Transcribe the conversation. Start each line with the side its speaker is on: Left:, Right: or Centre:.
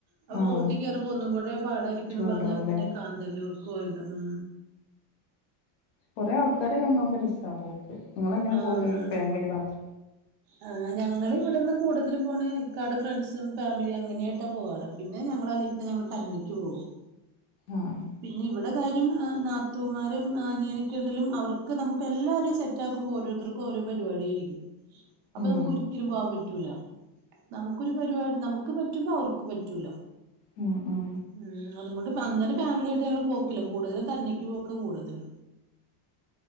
Right: അത്
Left: ആഹ്
Right: ബോട്ടി കേറുമ്പോ ഒന്നും കൂടെ പാടായിരിക്കുംന്ന്
Left: ചൂടാവൂല്ലേ
Right: പറഞ്ഞാ പിന്നെ കാന്തല്ലൂർക്ക് പോയത് ഉം
Left: കൊറെേ ആൾക്കാരൊക്കെണ്ടാവുമ്പൊ രസാ പോക്ക് ഇങ്ങളെങ്ങനെ
Right: ആഹ്
Left: പോല് ഫാമിലി മാത്ര
Right: ആഹ് ഞങ്ങള്‌ വ്ടെന്ന് കൂടുതലും പോണ് ഇക്കാടെ ഫ്രണ്ട്സും ഫാമിലിയും അങ്ങനെയായിട്ടാ പോവാറ് പിന്നെ ഞങ്ങളല്ലെ പിന്നെ ഞങ്ങള് തന്നെക്ക് പോകും
Left: ആഹ്
Right: പിന്നിവിടെ കാര്യം അ നാത്തൂമാരും അനിയനൊക്കെണ്ടേലും അവർക്ക് നമുക്കെല്ലാരും സെറ്റ് റ്റാക്കുമ്പോ ഓരോരുത്തർക്കോരോ പരിപാടിയായിര്ക്കും അപ്പൊ
Left: ഉം
Right: നമുക്കൊരിക്കലും പോകാൻ പറ്റൂല നമ്ക്കൊരു പരിപാടി നമുക്ക് പറ്റുമ്പോ അവർക്ക് പറ്റൂല
Left: ഉം ഉം
Right: ഉം അതുകൊണ്ട് അങ്ങനെ ഫാമിലിയായിട്ട് ഞങ്ങള് പോക്കില്ല കൂടുതലും തന്നെക്ക് പോക്കാ കൂടുതല്